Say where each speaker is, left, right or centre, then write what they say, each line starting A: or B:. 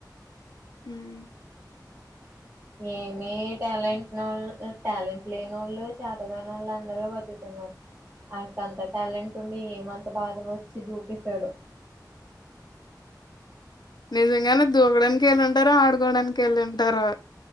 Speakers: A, on the left; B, on the right.
A: హుమ్
B: ఏమి టాలెంట్ ళ్ళు టాలెంట్ లేని ఓళ్ళు చేతగాని ఓళ్ళు అందరూ బతుతున్నారు ఆడికి అంత టాలెంట్ ఉండి ఏమంత బాధం వచ్చి దూకేసాడో
A: నిజంగానే దూకడానికి వెళ్ళింటారో ఆడుకోడానికి వెళ్ళి ఉంటారో